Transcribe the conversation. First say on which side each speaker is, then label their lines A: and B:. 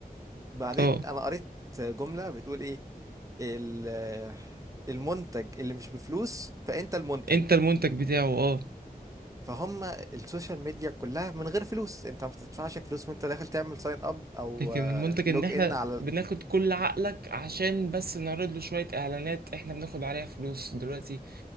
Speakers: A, on the right; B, on the right.
A: بعدين
B: اه
A: انا قريت جملة بتقول ايه ال- المنتج اللي مش بفلوس فانت المنتج
B: انت المنتج بتاعه اه
A: فهم السوشيال ميديا كلها من غير فلوس انت ما بتدفعش فلوس وانت داخل تعمل ساين اب او
B: لكن المنتج ان
A: لوج
B: احنا
A: ان على ال-
B: بناخد كل عقلك عشان بس نعرض له شوية اعلانات احنا بناخد عليها فلوس دلوقتي